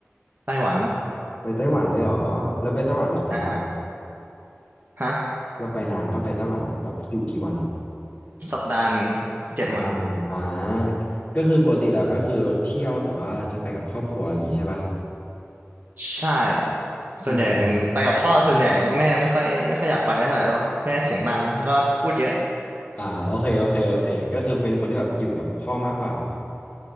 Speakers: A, on the right; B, on the left.
A: ไต้หวัน
B: ไปไต้หวันเลยเหรอแล้วไปไต้หวันเราไปนานปะ
A: นะฮะฮะ
B: เราไปนานปะไปไต้หวันแบบอยู่กี่วัน
A: สัปดาห์หนึ่งเจ็ดวัน
B: สัปดาห์หนึ่งอ่าก็คือปกติแล้วก็คือเที่ยวแต่ว่าจะไปกับครอบครัวอย่างงี้ใช่ป่ะ
A: ใช่
B: อืม
A: ส่วนใหญ่เป็นไปกับพ่อส่วนใหญ่แม่ไม่ค่อยไม่ค่อยอยากไปเท่าไหร่เพราะแม่เสียงดังแล้วก็พูดเยอะ
B: อ่าโอเคโอเคโอเคก็คือเป็นคนที่แบบอยู่กับพ่อมากกว่าเหรอ